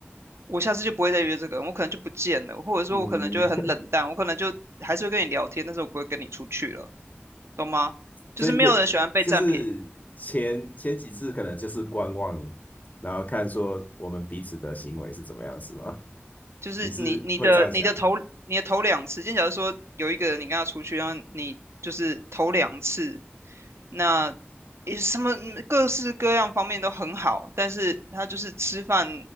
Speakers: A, on the right (about 80°); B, on the left (about 35°).
A: 我下次就不会再约这个人，我可能就不见了，或者说我可能就会很冷淡，
B: 嗯，
A: 我可能就还是会跟你聊天，但是我不会跟你出去了，懂吗？就是没有人喜欢被占便宜。
B: 真的就是前前几次可能就是观望，然后看说我们彼此的行为是怎么样，是吗？
A: 就是你你的你的头你的头两次，
B: 你是会这样想？
A: 今天假如说有一个人你跟他出去，然后你就是头两次，那也什么嗯各式各样方面都很好，但是他就是吃饭